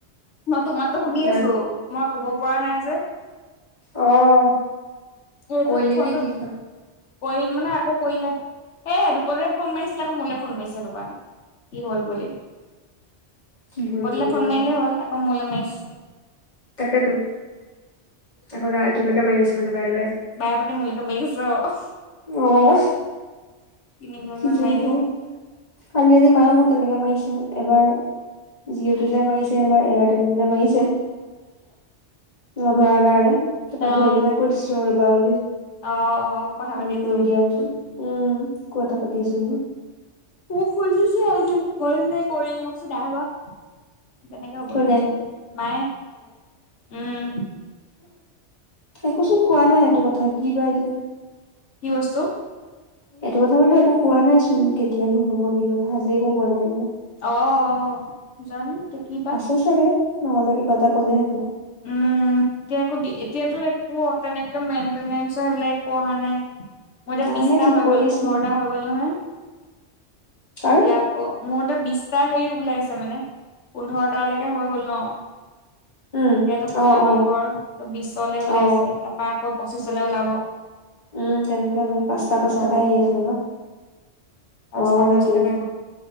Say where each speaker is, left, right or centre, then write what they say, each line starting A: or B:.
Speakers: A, on the left (about 75°); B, on the left (about 35°).
A: মই তোৰ মাততো শুনি
B: এতিয়া
A: আছোঁ। মই ক'ব পৰা নাই যে
B: অ'।
A: এইটো
B: কৰিলি
A: ফোনটো
B: নে কি
A: কৰিম মানে আকৌ কৰিলে এ দুপৰতে ফোন মাৰিছিলে আকৌ মোলে ফোন মাৰিছে সেই টে কাৰণে। কি হ'ল বুলি?
B: কি হ'ল
A: দুৰপতলৈ
B: বুলি
A: ফোন
B: অ
A: মাৰিলে হ'ল আকৌ মোলৈ মাৰিচে।
B: তাকেতো আকৌ তোৰলৈকে মাৰি আছে মানে বাৰে বাৰে।
A: বাৰেপতি মোৰলৈকে মাৰি আছে অ'।
B: অ'
A: তিনিবাৰ
B: কি
A: মান
B: যে
A: মাৰিলে
B: হ'ব? কালি ৰাতি মায়েও মোক তেনেকে মাৰিছে, এবাৰ জীয়' তোলৈ মাৰিছে এবাৰ এয়াৰটেল টোলে মাৰিছে, নধৰাৰ কাৰণে। তাৰপৰা
A: অ
B: ধৰি পেলাই কৈ দিছো ৰ'বা বুলি।
A: অ' অ'। কথা পাতি
B: ৰৈ
A: আছ
B: দিয়া বুলি উম ক কথা পাতি আছোঁ বুলি।
A: মোক খুজিছে আজি হ'ল নে কৰি মই কৈছোঁ নাই হোৱা। কেনেকে হ'ব
B: কোনে
A: ইমান জলদি মায়ে উম,
B: একোচোন কোৱা নাই সেইটো কথা কি বা এতিয়া?
A: কি বস্তু?
B: এইটো কথা বোলো একো কোৱা নাই চোন, কেতিয়া শেষ হ'ব কি কথা আজি একো কোৱা নাই বোলো।
A: অ' অ' যানো এতিয়া কি বা?
B: হয় চাগে। নহ'ল কিবা এটা ক'লে হেতেন।
A: উম, এতিয়া এতিয়াতো একো তেনেকে মেইনটেনেঞ্চ সেইবিলাক একো অহা নাই। মোৰ এতিয়া
B: নাইহে
A: বিশটা
B: ঠিক
A: হৈ
B: কৰি
A: গ'ল পোন্ধৰটা
B: আছিলো মই
A: হৈ গ'ল নহয়।
B: কাৰ
A: এতিয়া অ' মোৰ এতিয়া বিশটা হেৰি ওলাইছে মানে পোন্ধৰটালৈকে হৈ গ'ল ন।
B: উম
A: এতিয়া এইটো ষোল্ল
B: অ অ
A: নম্বৰ ত বিশলে ওলাইছে
B: অ
A: তাৰপৰা আকৌ পঁচিশলৈ ওলাব।
B: উম তেনেকে ওলায় পাঁচ টা পাঁচটা
A: হ'ব।
B: কে আহি থাকে ন। অ
A: পাঁচটা
B: সেইটোৱে
A: পাঁচটা কে